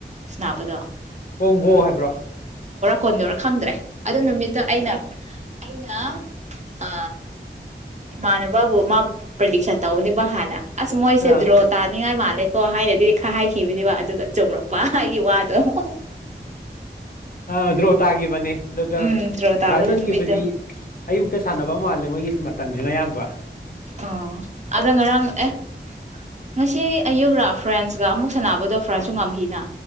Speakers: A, on the right; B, on the left.
A: ꯁꯅꯥꯕꯗꯣ
B: ꯀꯣꯡꯒꯣ ꯍꯥꯏꯕ꯭ꯔꯥ
A: ꯀꯣꯟꯗꯣ ꯔꯥ ꯈꯪꯗ꯭ꯔꯦ ꯑꯗꯨ ꯅꯨꯃꯤꯠꯇꯣ ꯑꯩꯅ ꯑꯩꯅ ꯑ ꯏꯃꯥꯟꯅꯕꯕꯨ ꯃꯥꯕꯨ ꯄ꯭ꯔꯗꯤꯛꯁꯟ ꯇꯧꯕꯅꯦꯕ ꯍꯥꯟꯅ ꯑꯁ ꯃꯣꯏꯁꯦ
B: ꯑꯥ
A: ꯗꯔ꯭ꯔꯠ ꯇꯥꯅꯤꯡꯉꯥꯏ ꯃꯥꯜꯂꯦꯀꯣ ꯍꯥꯏꯅꯗꯤ ꯍꯥꯏꯈꯤꯕꯅꯦꯕ ꯑꯗꯨꯒ ꯆꯨꯝꯡꯂꯛꯄ ꯑꯩꯒꯤ ꯋꯥꯗꯣ ꯑꯃꯨꯛ
B: ꯑꯥ ꯗ꯭ꯔꯣ ꯇꯥꯈꯤꯕꯅꯦ ꯑꯗꯨꯒ
A: ꯎꯝ ꯗ꯭ꯔꯣ
B: ꯕ꯭ꯔꯥꯖꯤꯜꯒꯤꯕꯨꯗꯤ
A: ꯇꯥꯕꯗꯣ ꯅꯨꯃꯤꯠꯇꯣ
B: ꯑꯌꯨꯛ ꯁꯥꯟꯅꯕ ꯃꯥꯂꯦ ꯃꯣꯏꯒꯤ ꯃꯇꯝꯁꯤꯅ ꯑꯌꯥꯝꯕ
A: ꯑꯣ ꯑꯗꯣ ꯉꯔꯥꯡ ꯑꯦ ꯉꯁꯤ ꯑꯌꯨꯛ ꯂꯥ ꯐ꯭ꯔꯥꯟꯁ ꯀ ꯑꯃꯨꯛ ꯁꯥꯟꯅꯕꯗꯣ ꯐ꯭ꯔꯥꯟꯁꯁꯨ ꯉꯝꯈꯤꯅ